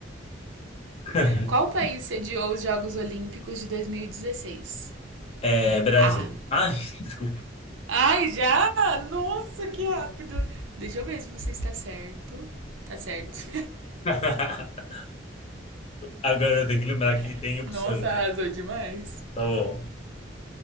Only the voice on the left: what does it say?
<laughs>
É Brasil.
Ai, <laughs> desculpa.
<laughs> Agora eu tenho que lembrar que
tem opções,
né?
Tá bom.